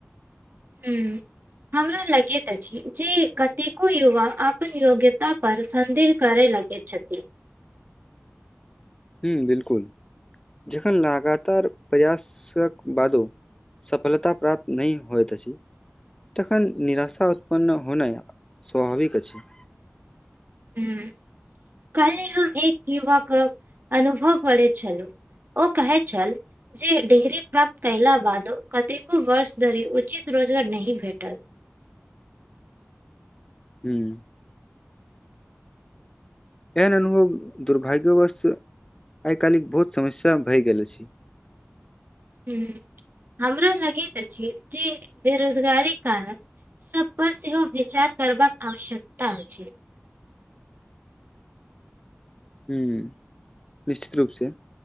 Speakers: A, on the right; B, on the left.
A: हू हमरा लगैत अछि जे कतेको युवा अपन योग्यता पर संदेह करे लग गेत छथि
B: ह्म बिल्कुल जखन लगातार प्रयासक बादो सफलता प्राप्त नहि होइत अछि तखन निराशा उत्पन्न होनाई स्वाभाविक अछि
A: हुँ कल्हि हम एक युवा कऽ अनुभव करैत छलहु ओ कहैत छल जे डिग्री प्राप्त कयला बाद कतेको वर्ष धरि उचित रोजगार नहि भेटल
B: ह्म एहन अनुभव दुर्भाग्योवश्त आई काल्हि बहुत समस्या भए गेल छै
A: हुँ हमरो लगैत अछि जे बेरोजगारीक कारण सब पर सेहो विचार करबाक आवश्यकता अछि
B: हूँ निश्चित रूपसँ